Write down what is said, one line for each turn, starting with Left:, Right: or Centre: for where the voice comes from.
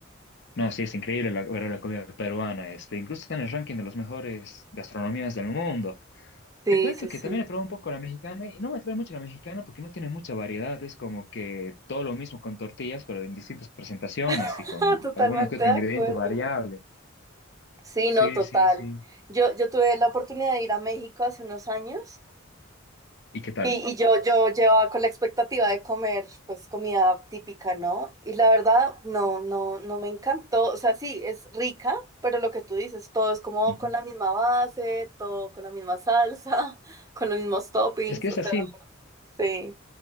Left: no, sí, es increíble la, ver la comida peruana, este, incluso está en el ranking de las mejores gastronomías del mundo.
Right: Sí,
Left: Te cuento
Right: sí,
Left: que
Right: sí.
Left: también he probado un poco la mexicana y no me atrae mucho la mexicana porque no tiene mucha variedad. Es como que todo lo mismo con tortillas, pero en distintas presentaciones
Right: <laughs>
Left: y con
Right: Totalmente
Left: alguno que otro
Right: de
Left: ingrediente
Right: acuerdo.
Left: variable.
Right: Sí,
Left: Sí,
Right: no, total.
Left: sí, sí.
Right: Yo, yo tuve la oportunidad de ir a México hace unos años
Left: ¿Y qué tal?
Right: Y, y yo, yo llevaba con la expectativa de comer, pues, comida típica, ¿no? Y la verdad, no, no, no me encantó. O sea, sí, es rica, pero lo que tú dices, todo es como
Left: Ujú.
Right: con la misma base, todo con la misma salsa, <laughs> con los mismos toppings,
Left: Es que
Right: o
Left: es
Right: sea,
Left: así.
Right: sí.